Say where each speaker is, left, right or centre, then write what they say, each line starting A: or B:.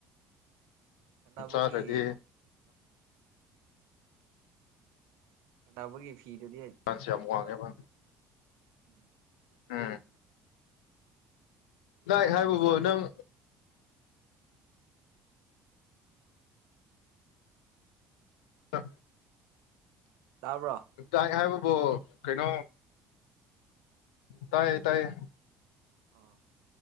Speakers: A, on the right; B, on the left.
A: ꯁꯥꯟꯅꯕꯒꯤ
B: <inaudible> ꯆꯂꯗꯤ
A: ꯀ ꯂꯕꯒꯤ ꯐ ꯀꯤꯔꯗꯤ
B: ꯆꯥꯟꯁ
A: ꯂꯑꯕ
B: ꯌꯥꯝ ꯋꯥꯡꯉꯦꯕ
A: ꯎꯝ
B: ꯑꯝ ꯍꯥꯏꯥꯏ
A: ꯗꯥꯏꯠꯀꯤ
B: ꯕꯕꯨ
A: ꯄꯩꯁꯥꯗꯨ
B: ꯅꯪ ꯑ
A: ꯇꯥꯕ꯭ꯔꯣ
B: ꯇꯥꯏ ꯍꯥꯏꯕ ꯣ ꯀꯩꯅꯣ ꯇꯥꯏꯌꯦ ꯇꯥꯏꯌꯦ
A: ꯑꯥ